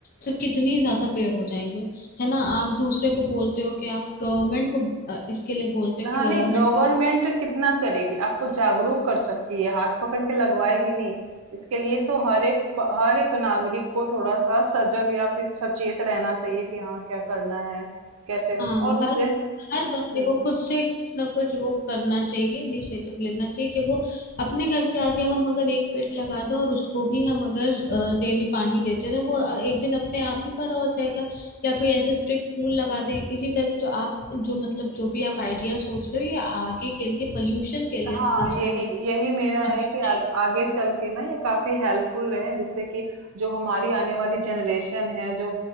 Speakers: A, on the left; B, on the right.
A: तो कितनी ज्यादा पेड़ हो जाएंगे है ना आप दूसरे को बोलते हो कि आप गवर्नमेंट को अ, इसके लिए बोलते हो
B: हाँ,
A: कि
B: नहीं
A: गवर्नमेंट
B: गवर्नमेंट
A: को
B: कितना करेगी? आपको जागरूक कर सकती है, हाथ पकड़ के लगवाएगी नहीं। इसके लिए तो हर एक प हर एक नागरिक को थोड़ा-सा सजग या फिर सचेत रहना चाहिए कि हाँ, क्या करना है? कैसे हम
A: हाँ
B: और
A: हर
B: जैस
A: हर बंदे
B: हुँ।
A: को खुद से कुछ ना कुछ वो करना चाहिए इनिशिएटिव लेना चाहिए कि वो अपने घर के आगे हम अगर एक पेड़ लगा दें और उसको भी हम अगर डेली पानी देते रहे वो अ, एक दिन अपने आप ही बड़ा हो जाएगा या कोई ऐसे स्ट्रिक्ट रूल लगा दें इसी तरह जो आप जो मतलब जो भी आप आइडिया सोच रहे हो ये आगे के लिए पोल्यूशन के लिए
B: हाँ
A: स्पेसिफिकली
B: यही यही
A: काफी
B: मेरा है कि
A: सही
B: आ,
A: है।
B: आगे चल के ना ये काफी हेल्पफुल रहे जिससे कि जो हमारी आने वाली जनरेशन है जो